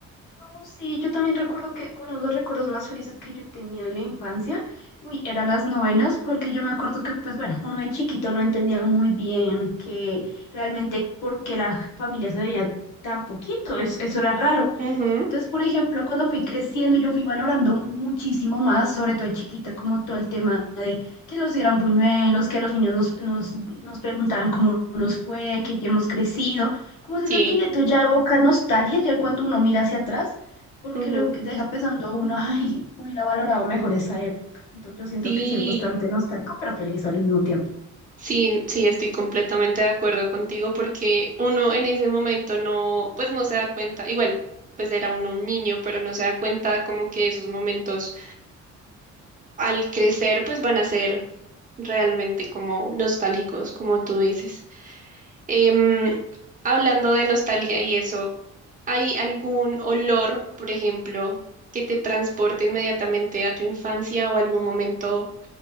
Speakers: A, on the left; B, on the right.
A: Oh, sí, yo también recuerdo que uno de los recuerdos más felices que yo he tenido en la infancia, uy, eran las novenas, porque yo me acuerdo que, pues bueno, uno de chiquito no entendía muy bien que realmente porque la familia se veía tan poquito, es- eso era raro.
B: Ujú,
A: Entonces, por ejemplo, cuando fui creciendo, yo fui valorando muchísimo más, sobre todo de chiquita, como todo el tema de que los dieran buñuelos, que los niños nos, nos, nos preguntaran cómo nos fue, que ya hemos crecido, como ese
B: sí,
A: sentimiento ya evoca nostalgia ya cuando uno mira hacia atrás, porque
B: ujú,
A: lo que deja pensando a uno, ay, hubiera valorado mejor esa época. Entonces, yo siento
B: sí.
A: que sí es bastante nostálgico, pero feliz al mismo tiempo.
B: Sí, sí, estoy completamente de acuerdo contigo porque uno en ese momento no, pues no se da cuenta, igual, pues era uno un niño, pero no se da cuenta como que esos momentos al crecer pues van a ser realmente como nostálgicos, como tú dices. Em, hablando de nostalgia y eso, ¿hay algún olor, por ejemplo, que te transporte inmediatamente a tu infancia o algún momento